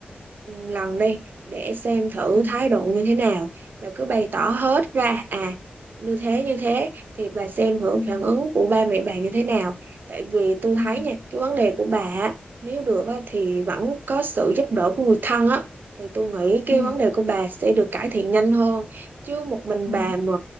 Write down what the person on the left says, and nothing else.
ừ
ừ
ừ
ừ
ừ.